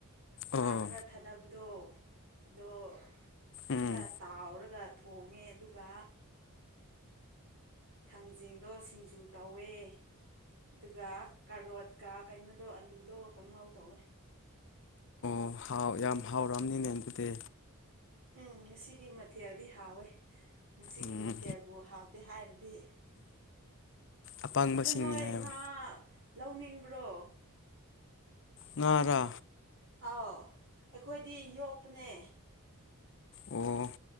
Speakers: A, on the right; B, on the left.
A: ꯉꯥ
B: ꯑꯣ
A: ꯈꯔ ꯊꯥꯗꯕꯗꯣ ꯑꯗꯣ
B: ꯎꯝ
A: ꯈꯔ ꯇꯥꯎꯔꯒ ꯊꯣꯡꯉꯦ ꯑꯗꯨꯒ ꯊꯥꯡꯖꯤꯡꯗꯣ ꯁꯤꯡꯖꯨ ꯇꯧꯋꯦ ꯑꯗꯨꯒ ꯀꯥꯔꯣꯠꯀ ꯀꯩꯅꯣꯗꯣ ꯑꯂꯨꯗꯣ ꯀꯪꯉꯥꯎ ꯇꯧꯋꯦ
B: ꯑꯣ ꯍꯥꯎ ꯌꯥꯝ ꯍꯥꯎꯔꯛꯑꯅꯤꯅꯦ ꯑꯗꯨꯗꯤ
A: ꯎꯝ ꯉꯁꯤꯒꯤ ꯃꯊꯦꯜꯗꯤ ꯍꯥꯎꯋꯦ ꯉꯁꯤꯒꯤ
B: ꯎꯝ
A: ꯃꯊꯦꯜꯕꯨ ꯍꯥꯎꯇꯦ ꯍꯥꯏꯔꯗꯤ
B: ꯑꯄꯪꯕꯁꯤꯡꯅꯤ
A: ꯑꯗꯨ ꯅꯣꯏ
B: ꯍꯥꯏꯌꯣ
A: ꯉꯥ ꯂꯧꯅꯤꯡꯕ꯭ꯔꯣ
B: ꯉꯔ
A: ꯑꯥꯎ ꯑꯩꯈꯣꯏꯗꯤ ꯌꯣꯛꯄꯅꯦ
B: ꯑꯣ